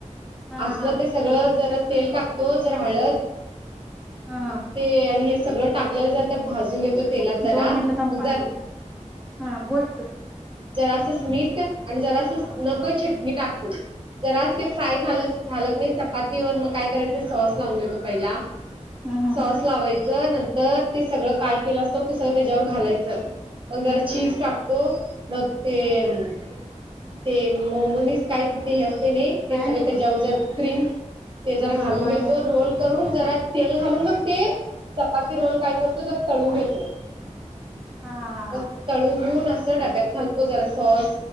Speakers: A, in the centre; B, on the right (about 40°).
A: हा
B: असलं
A: हा
B: ते सगळं जरा तेल टाकतो जर हळद....
A: हा
B: ते आणि हे सगळं टाकलेलं जर भाजून घेतो तेलात जरा
A: दोन मिनिटात थांब
B: मग
A: पाणी
B: ज
A: देतो. हा बोल की
B: जरासस मीठ आणि जरास
A: हम्
B: नक छट मी टाकतो जरा ते फ्राय झा झाल नाही चपाती ववर मग काय करायचं सॉस लावून देतो पहिला
A: हम
B: सॉस लावायचं नंतर ते सगळं काय केलं असतं ते सगळं त्याच्यावर घालायचं. मग जरा
A: हम्म
B: चीज टाकतो मग ते
A: हम्म
B: ते मोमनीस काय तिथे हे असते नाही ते
A: मायोनीज
B: सगळं त्याच्यावर जर क्रीम ते जर
A: हा हा
B: घेतो
A: मायोनीज
B: रोल करून जरा तेल घालून मग ते चपाती रोल काय करतो तळून घेतो.
A: हा हा हा
B: मग
A: हा
B: तळून घेऊन असं डब्यात घालतो जरा सॉस